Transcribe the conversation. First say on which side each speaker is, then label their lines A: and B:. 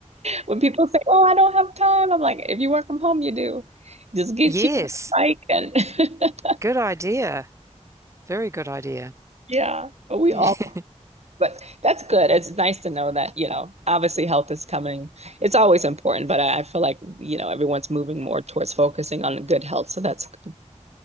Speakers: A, on the right (about 60°); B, on the right (about 25°).
A: When people say, "Oh, I don't have time," I'm like, "If you work from home, you do. Just get
B: Yes.
A: you a bike and <laughs>
B: Good idea. Very good idea.
A: yeah." But we
B: Yeah.
A: all,
B: <laughs>
A: but that's good. It's nice to know that, you know, obviously health is coming. It's always important, but I, I feel like, you know, everyone's moving more towards focusing on good health, so that's good.